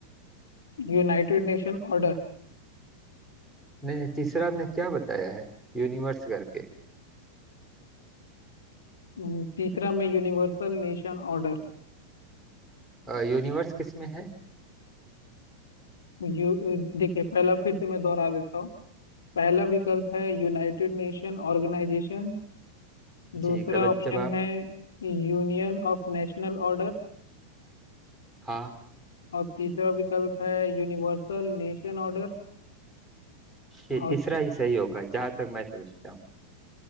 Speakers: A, on the left (about 65°); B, in the centre.
A: United Nation Order
B: नहीं नहीं, तीसरा आपने क्या बताया है यूनिवर्स करके
A: हम्म, तीसरा में यूनिवर्सल नेशन ऑर्डर
B: अ, यूनिवर्स किसमें है
A: यू देखिए पहला फिर से मैं दोहरा देता हूँ पहला विकल्प है यूनाइटेड नेशन ऑर्गेनाइजेशन
B: जी
A: दूसरा
B: गलत
A: ऑप्शन
B: जवाब
A: है यूनियन ऑफ नेशनल ऑर्डर
B: हाँ
A: और तीसरा विकल्प है यूनिवर्सल नेशन ऑर्डर
B: ये
A: और
B: तीसरा ही सही होगा जहां तक मैं समझता हूँ